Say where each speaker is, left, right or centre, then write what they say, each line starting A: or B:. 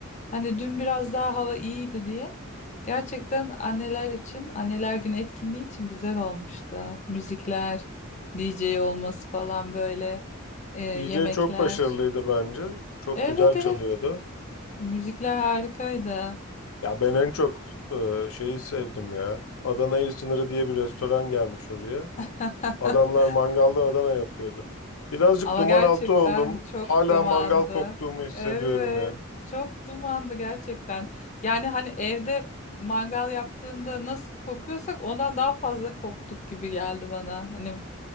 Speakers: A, on the left (about 35°); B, on the left (about 85°).
A: Hani dün biraz daha hava iyiydi diye. Gerçekten anneler için anneler günü etkinliği için güzel olmuştu. Müzikler, DJ olması falan böyle e, yemekler.
B: EJ çok başarılıydı bence. Çok
A: Evet
B: güzel
A: evet
B: çalıyordu.
A: müzikler harikaydı.
B: Ya ben en çok e, şeyi sevdim ya. Adana İl Sınırı diye bir restoran gelmiş oraya.
A: <laughs>
B: Adamlar mangalda Adana yapıyordu. Birazcık
A: Ama
B: duman
A: gerçekten
B: altı oldum.
A: çok
B: Hala
A: dumandı.
B: mangal koktuğumu hissediyorum
A: Evet,
B: yani.
A: çok dumandı gerçekten. Yani hani evde mangal yaptığında nasıl kokuyorsak ondan daha fazla koktuk gibi geldi bana. Hani